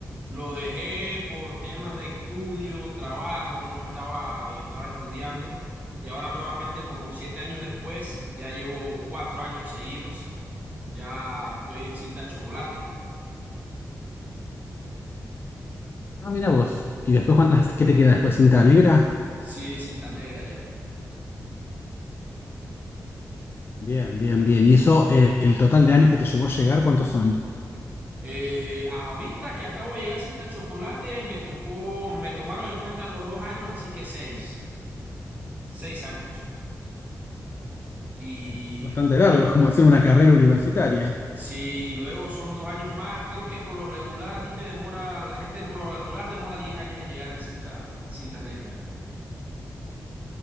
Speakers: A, on the right (about 25°); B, on the left (about 35°).
A: Lo dejé por temas de estudio, trabajo, no estaba, eh, estaba estudiando. Y ahora nuevamente, como siete años después, ya llevo cuatro años seguidos. Ya estoy en cinta chocolate.
B: Ah, mirá vos. ¿Y después cuántas, qué te queda después? ¿Cinta negra?
A: Sí, cinta negra ya.
B: Bien, bien, bien. ¿Y eso, eh, el total de años que te llevó a llegar, cuántos son?
A: Eh, ahorita que acabo de llegar a cinta chocolate, me tocó, me tomaron en cuenta los dos años, así que seis, seis años. Y
B: Es bastante largo, <laughs> es como hacer una carrera universitaria.
A: Si luego son dos años más, creo que por lo regular a ti te demora, la gente por lo regular demora 10 años en llegar en cinta, cinta negra.